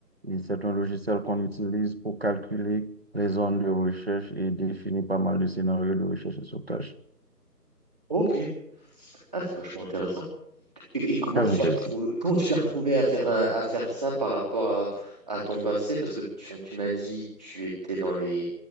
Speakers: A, on the right; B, in the centre.
A: Et c'est un logiciel qu'on utilise pour calculer les zones de recherche et définir pas mal de scénarios de recherche et sauvetage.
B: Ok. Ah, c'est vachement intéressant. Et, et comment
A: Très
B: tu
A: intéressant.
B: t'es retrouvé, comment tu t'es retrouvé à faire, euh, à faire ça par rapport à, à ton passé? Parce que tu, tu m'as dit que tu étais dans les,